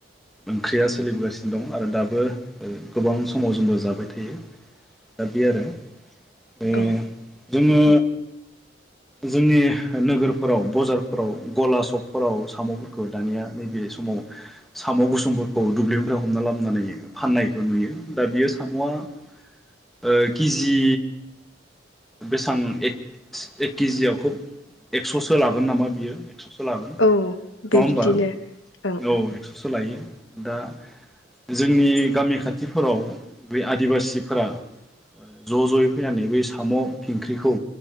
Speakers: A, in the centre; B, on the left (about 85°).
A: ओंख्रिया सोलिबोगासिनो दं आरो दाबो ओ गोबां समाव जोंबो जाबाय थायो दा बे आरो। बे
B: औ
A: जोङो जोंनि नोगोरफोराव बजारफोराव गला सकफोराव साम'फोरखौ दानिया नैबे समाव साम' गुसुंफोरखौ दुब्लिनिफ्राय हमना लाबनानै फाननायखौ नुयो दा बियो साम'आ ओ किजि बेसां एक सि एक केजियाव खोब एक्ससो लागोन नामा बियो? एक्ससो लागोन
B: औ
A: नङा
B: बेबादिनो
A: होमबा
B: ओं
A: औ एक्ससो लायो। दा जोंनि गामि खाथिफोराव बे आदिबासिफोरा ज' ज'यै फैनानै साम' खिंख्रिखौ